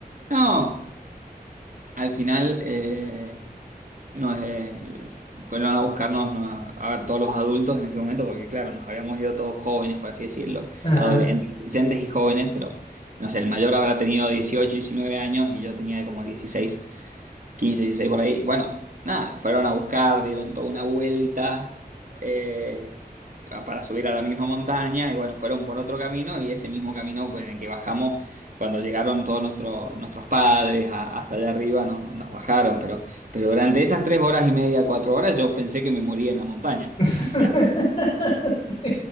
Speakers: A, on the right; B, on the left.
A: No, al final... eh, no, eh, fueron a buscarnos, ¿no? a a ver todos los adultos en ese momento, porque claro, nos habíamos ido todos jóvenes, por así decirlo,
B: Ajá.
A: adole- adolescentes y jóvenes, pero no sé, el mayor habrá tenido 18 19 años y yo tenía como 16 15, 16 por ahí. Bueno, nada, fueron a buscar, dieron toda una vuelta eh, para subir a la misma montaña y bueno, fueron por otro camino y ese mismo camino pues, en el que bajamos, cuando llegaron todos nuestros nuestros padres a- hasta allá arriba, no- nos bajaron, pero, pero durante esas tres horas y media, cuatro horas, yo pensé que me moría en la montaña.
B: <laughs>
A: O sea,
B: Sí.